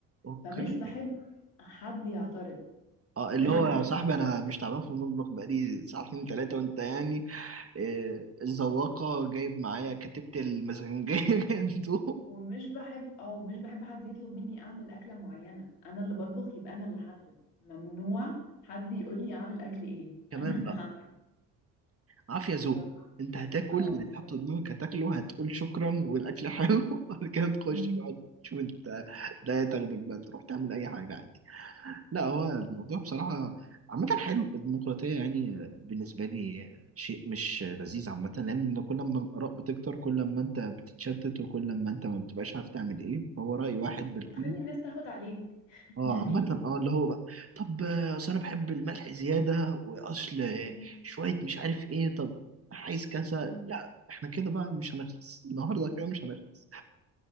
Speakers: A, on the right; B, on the left.
A: اوكي
B: فمش بحب حد يعترض
A: اه
B: ومش
A: اللي هو
B: بحب
A: يا صاحبي انا مش تعبان في المطبخ بقالي ساعتين ثلاثه وانت يعني آه، الزواقه جايب معايا كتبت المزنجيه <laughs> انتوا
B: ومش بحب اه مش بحب حد يطلب مني اعمل اكله معينه انا اللي بطبخ يبقى انا اللي احدد ممنوع حد يقول لي اعمل اكل ايه <laughs>
A: كمان
B: انا اللي
A: بقى
B: هعمل
A: عافية ذوق
B: بالظبط
A: انت هتاكل
B: اه
A: اللي
B: بالظبط
A: تحط قدامك هتاكله هتقول شكرا والاكل حلو <laughs> وبعد كده تخش
B: أمم.
A: بقى تشوف انت ده تاخدك بقى تروح تعمل اي حاجة عادي لا هو الموضوع بصراحة عامة حلو الديمقراطية يعني بالنسبة لي شيء مش لذيذ عامة لأن كل ما الآراء بتكتر كل ما أنت بتتشتت وكل ما أنت ما بتبقاش عارف تعمل إيه فهو رأي واحد
B: وبتخلي
A: بالكل
B: الناس تاخد عليك <laughs>
A: اه
B: يعني
A: عامة اه اللي هو بقى طب آه، اصل انا بحب الملح زيادة واصل آه،
B: مم.
A: شوية مش عارف ايه طب عايز كذا
B: مم.
A: لا احنا كده بقى مش هنخلص <laughs> النهارده كده مش هنخلص